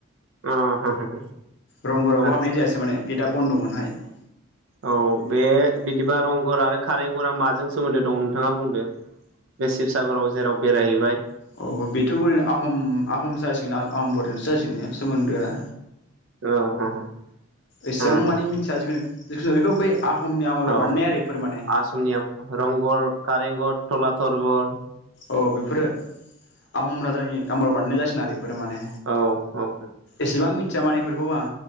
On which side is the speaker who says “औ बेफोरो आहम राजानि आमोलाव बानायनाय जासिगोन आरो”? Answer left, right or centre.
Left